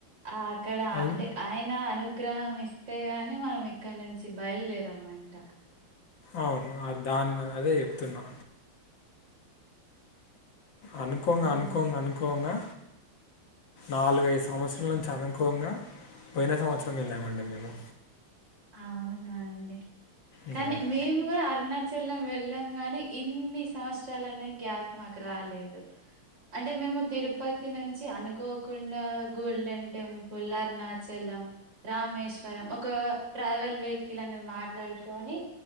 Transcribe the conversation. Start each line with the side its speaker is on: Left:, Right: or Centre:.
Right: ఆ అక్కడ
Left: అన్
Right: అంటే ఆయన అను గ్రహం ఇస్తే గాని మనం ఇక్కడ నుంచి బయలుదేరంమంట
Left: అవును దాన్ని అదే చెప్తున్నా అనుకోంగా
Right: అవును.
Left: అనుకోంగా అనుకోంగా నాలుగ ఐదు సంవత్సరాల నుంచి అనుకోంగా పోయిన సంవత్సరం వెళ్ళామండి మేము
Right: అవునా అండి
Left: ఉమ్.
Right: కానీ మేము కూడా అరుణాచలం వెళ్ళాం గాని ఇన్ని సంవత్సరాలు అనేది గ్యాప్ మాకు రాలేదు అంటే మేము తిరుపతి నుంచి అనుకోకుండా గోల్డెన్ టెంపుల్ అరుణాచలం రామేశ్వరం ఒక ట్రావెల్ వెహికల్ అనేది మాట్లాడుకొని